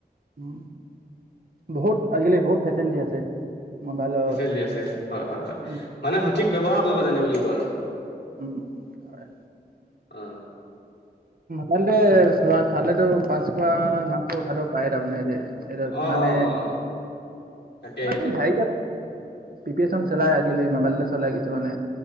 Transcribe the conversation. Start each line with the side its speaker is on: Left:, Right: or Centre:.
Right: উম বহুত আজি কালি বহুত ফেচেলেটি আছে। মোবাইলত।
Left: ফেচেলেটি আছে হয় হয় হয়।
Right: উম,
Left: মানে সঠিক ব্যৱহাৰ কৰিব জানিব লাগিব আৰু।
Right: উম উম হয়।
Left: অ
Right: ভাল দে চোৱা চালেটো পাচ কৰা মাৰ্কটো উঠাই দিব পায়ে তামানে দেই। এতিয়া
Left: অ',
Right: মানে
Left: অ', অ', তাকে
Right: মানে
Left: সেইটো
Right: ঢাই
Left: হয়।
Right: পিপি এচন চলায় আজিকালি মোবাইলতে চলায় কিছুমানে।